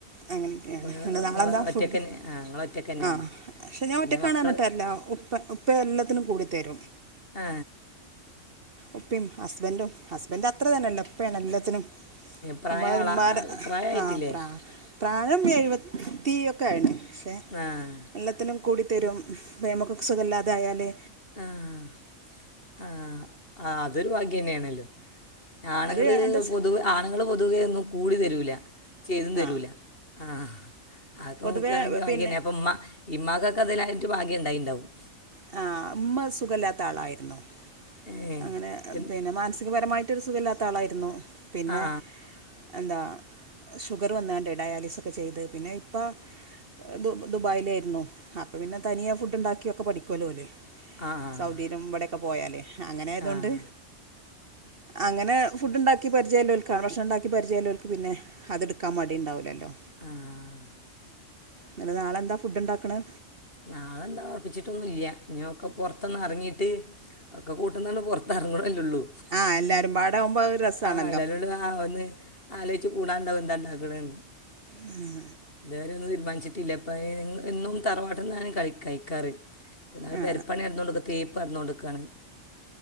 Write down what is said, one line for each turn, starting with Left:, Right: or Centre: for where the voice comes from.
Right: അങ്ങനെയൊക്കെയാണ്.
Left: അപ്പം നിങ്ങൾ
Right: ഇണ്ട് താളെന്താ
Left: നിങ്ങൾ ഒറ്റയ്ക്ക്
Right: ഫുഡ്?
Left: തന്നെ ആ നിങ്ങൾ ഒറ്റയ്ക്ക് തന്നെയാണ്
Right: ആഹ് പക്ഷെ ഞാൻ
Left: പിന്നെ
Right: ഒറ്റക്കാണ്
Left: മക്കൾ
Right: അർഞ്ഞിട്ട് കാര് ല്ല ഉപ്പ ഉപ്പ എല്ലത്തിനും കൂടി തരും
Left: ആ
Right: ഉപ്പയും ഹസ്ബൻഡും ഹസ്ബന്റത്രതന്നെല്ല ഉപ്പയാണെല്ലത്തിനും
Left: പ്രായമായ
Right: അമ്മളെ
Left: ആളാണ്
Right: ഉമ്മാരെ
Left: പ്രായമായിട്ടില്ലേ
Right: ആഹ് പ്രാ പ്രായം എഴുപത്തി ഒക്കെ ആയിണ് പക്ഷേ
Left: ആഹ്
Right: എല്ലത്തിനും കൂടി തരും വേമക്കൊക്കെ സുഖല്ലാതായാല്
Left: ആഹ് ആഹ് ആ അതൊരു ഭാഗ്യന്നെയാണല്ലോ ആണുങ്ങള്
Right: അത് എന്താ വെച്ചാ-
Left: പൊതുവെ ആണുങ്ങള് പൊതുവെ ഒന്നും കൂടി തരൂല ചെയ്തും തരൂല.
Right: ആ
Left: ആഹ് ആക്കെ
Right: പൊതുവേ
Left: നോക്കണെങ്കിഭാഗ്യന്നെ
Right: പിന്നെ
Left: അപ്പം ഉമ്മ ഇമ്മാക്കൊക്കെ അതിലായിട്ട് ഭാഗ്യം ഇണ്ടായിണ്ടാവും
Right: ആ ഉമ്മ സുഖല്ലാത്ത ആളായിരുന്നു
Left: ഏ
Right: അങ്ങനെ
Left: എൻ
Right: പിന്നെ മാനസികപരമായിട്ടൊരു സുഖല്ലാത്ത ഒരാളായിരുന്നു പിന്നെ
Left: ആ
Right: എന്താ ഷുഗറ് വന്നാണ്ട് ഡയാലിസൊക്കെ ചെയ്ത് പിന്നെ ഇപ്പ ദു ദുബായിലായിരുന്നു ആ അപ്പം പിന്നെ തനിയേ ഫുഡ്ണ്ടാക്കിയൊക്കെ പഠിക്കോല്ലോ ഓല്.
Left: ആഹ്
Right: സൗദിയിലും ഇവിടെയൊക്കെപോയാല് അങ്ങനായതോണ്ട്
Left: ആഹ്
Right: അങ്ങനെ ഫുഡ്ണ്ടാക്കി പരിചയള്ളോൽക്ക് ആ ഭക്ഷണണ്ടാക്കി പരിചയള്ളോൽക്ക് പിന്നെ അതെടുക്കാ മടിണ്ടാവില്ലല്ലോ
Left: ആഹ്
Right: ഇങ്ങള് നാളെന്താ ഫുഡ്ണ്ടാക്കണ്
Left: നാളെന്താ ഉറപ്പിച്ചിട്ടൊന്നുല്ല്യ ഇനി ഒക്ക പൊറത്തൊന്നെറങ്ങിയിട്ട് ഒക്കെ കൂട്ടുന്നണ്ട്പൊർ ത്തെർങ്ങ്ണല്ലേ ഉള്ളൂ
Right: ആ എല്ലാവരും പാടെ ആകുമ്പോൾ ഒരു രസമാണല്ലോ
Left: ആഹ് എല്ലാരും കൂടെ നാ വന്ന് ആലോയിച്ചു കൂടാണ്ടാവും എന്താ ഇണ്ടാക്കണേന്ന്
Right: ഉം..
Left: ഇതുവരെഒന്നും തീരുമാനിച്ചിട്ടില്ല. പ്പ ഏ എന്നും തറവാട്ട്ന്നാണ് കയ് കയിക്കാറ് ഒന്നാമത്
Right: ആ
Left: പെരപ്പണി നടന്നോണ്ട്ക്ക തേപ്പ്‌ നട്ന്നോണ്ട്ക്കാണ്.